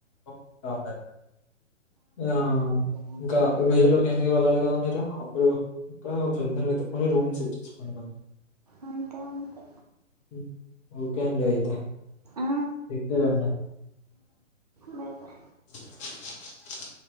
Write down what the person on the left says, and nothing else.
పోకుండా ఉండాలి. ఆ
ఇంకా ఇరవై వేల్. ఇనికి వెళ్ళాలి కదా మీరు అప్పుడు ఇంకా ఫ్రెంస్ వెతుకొని రూమ్స్చ్చేసుకోండి మరి.
హ్మ్. ఓకే అండి అయితే.
ఇకు రన్నా.
<unintelligible> <inaudible>